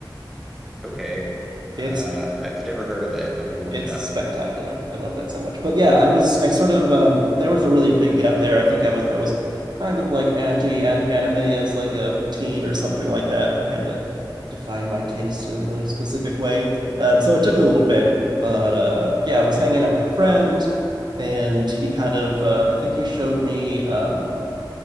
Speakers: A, in the centre; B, on the right.
A: Okay.
B: It's
A: Uh, I've never heard of it. I'm gonna look
B: it's
A: it up.
B: spectacular. I love that so much. But yeah, I was I sort of um there was a really big gap there. I think I was I was kind of like anti anime as like a teen or something like that. I had to define my taste in a really specific way. Um so it took a little bit, but uh yeah, I was hanging out with a friend and he kind of uh I think he showed me um